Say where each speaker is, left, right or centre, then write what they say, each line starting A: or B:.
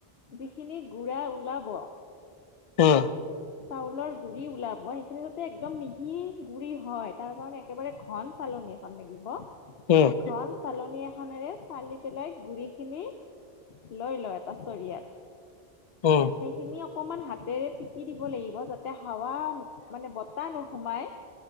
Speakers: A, on the left (about 75°); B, on the left (about 45°).
A: যিখিনি গু়ড়া ওলাব
B: উম।
A: চাউলৰ গুৰি ওলাব সেইখিনি যাতে একদম মিহি গুৰি হয়। তাৰ কাৰণে একেবাৰে ঘন চালনি এখন লাগিব।
B: উম,
A: ঘন চালনী এখনেৰে চালি পেলাই গুৰি খিনি। লৈ ল এটা চৰিয়াত
B: উম,
A: সেইখিনি অকমান হাতেৰে টিপি দিব লাগিব যাতে হাৱা মানে বতাহ নোসোমাই।